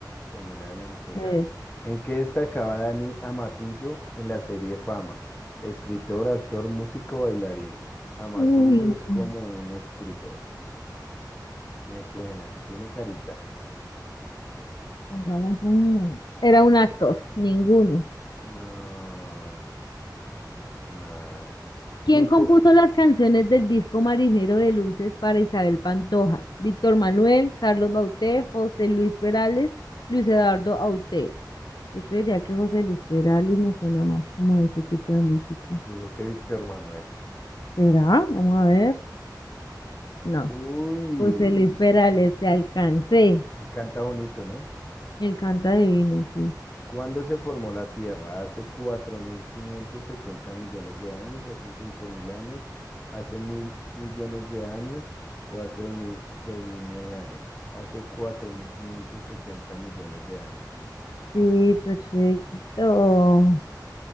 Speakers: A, on the left; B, on the left.
A: Tomé la delantera.
B: ver.
A: ¿En qué destacaba Dani Amatullo en la serie Fama? Escritor, actor, músico, bailarín. Amatullo
B: Uy,
A: es como
B: no.
A: un escritor. Me suena, tiene carita.
B: Pongamos un... Era un actor, ninguno.
A: No, nada.
B: ¿Quién
A: ¿Quién
B: compuso
A: co?
B: las canciones del disco Marinero de Luces para Isabel Pantoja? Víctor Manuel, Carlos Bauté, José Luis Perales, Luis Eduardo Aute. Yo creería que José Luis Perales me suena más como a ese tipo de música.
A: Digo que Víctor Manuel.
B: ¿Será? Vamos a ver. No.
A: Uy,
B: José Luis Perales, te alcancé.
A: él canta bonito, ¿no?
B: Él canta divino, sí.
A: ¿Cuándo se formó la Tierra? ¿Hace 4.570 millones de años? ¿Hace 5.000 años? ¿Hace mil millones de años? ¿O hace dos dos mil dos mil nueve años? Hace 4.570 millones de años.
B: Sí, perfecto.